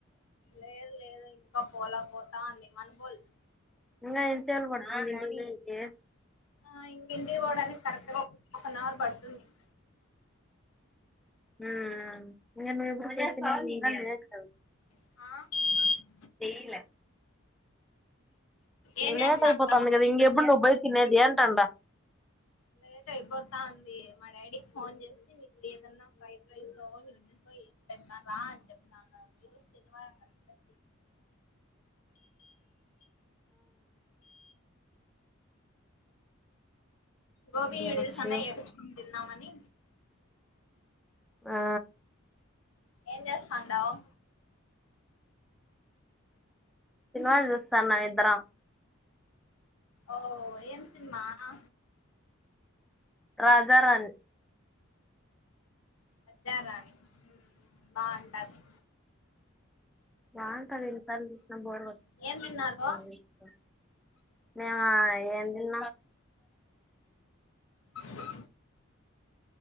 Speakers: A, on the left; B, in the centre.
A: లేదు లేదు ఇంకా పోలా పోతా అంది మనుగోల్
B: ఇంగ ఎంత సేపు పడ్తది పోనికి
A: ఆ ఇ ఇంటికి పోవడానికి కరెక్ట్గా ఒక హఫ్ నవర్ పడుతుంది హు
B: హు ఇంగ నువ్ ఎప్పుడు <unintelligible> ఇంగ లేటు కదా
A: ఆ
B: ఏమ్లా
A: ఏం
B: లేట్
A: చేస్తాన్నావ్
B: అయిపోతుంది కదా ఇంక ఎప్పుడు బయ తినేది అంటాండ
A: లేట్ అయిపోతా ఉంది మా డాడీకి ఫోన్ చేసి నీకు ఏదన్నా ఫ్రైడ్ రైసో నూడిల్స్ఒ చేసి పెడతాను రా అని చెప్తాన్నాడు ఈ రోజు శనివారం కద గోబీ
B: ఇంకేం
A: న్యూడిల్స్
B: అచ్చు
A: అన్నా ఏపించుకోని తిందామని
B: ఆ
A: ఏం చేస్తాండవ్
B: సినిమా చూస్తన్న ఇద్దరం
A: ఓ ఏమీ సినిమా ఆ
B: రాజా రాన్
A: రాజా రాన్ హు బాగుంటాది
B: కాన్ రెండు సార్లు చూసినం బోర్ కొడు
A: ఏం తిన్నారు
B: మ్యా ఇ ఎం తిన్నా
A: అబా